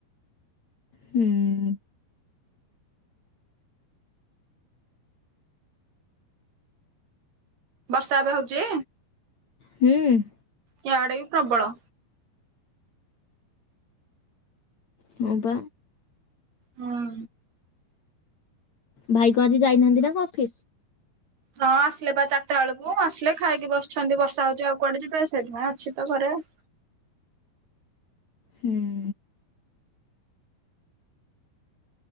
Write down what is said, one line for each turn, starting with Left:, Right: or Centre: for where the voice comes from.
Left: ହୁଁ।
Right: ବର୍ଷା ଏବେ ହଉଛି?
Left: ହୁଁ।
Right: ଇଆଡେ ବି ପ୍ରବଳ।
Left: ହଁ ପା।
Right: ହଁ।
Left: ଭାଇ କଣ ଆଜି ଯାଇନାହାଁନ୍ତି ନା କଣ ଅଫିସ୍?
Right: ହଁ ଆସିଲେ ବା ଚାରଟା ବେଳକୁ, ଆସିଲେ ଖାଇକି ବସିଛନ୍ତି। ବର୍ଷା ହଉଛି ଆଉ କୁଆଡ଼େ ଯିବେ, ସେଇଥିପାଇଁ ଅଛି ତ ଘରେ ଆଉ।
Left: ହୁଁ।